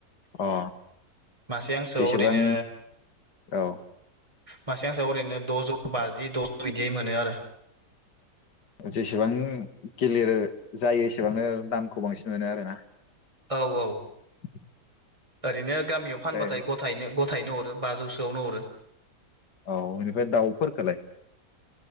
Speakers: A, on the left (about 75°); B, on the right (about 20°).
A: अ
B: मासे हांसोआव
A: जेसेबां
B: ओरैनो
A: औ
B: मासे हांसोयाव ओरैनो द'जौ बाजि द'जौ बिदियै मोनो आरो।
A: जिसिबां गिलिर जायो एसेबांनो दामखौ बांसिन मोनो आरोना
B: औ औ
A: <inaudible>
B: ओरैनो गामियाव फानबाथाय
A: बे
B: गथायैनो गथायैनो हरो। बाजौसोआवनो हरो
A: औ एनिफ्राय दाउफोरखोलाय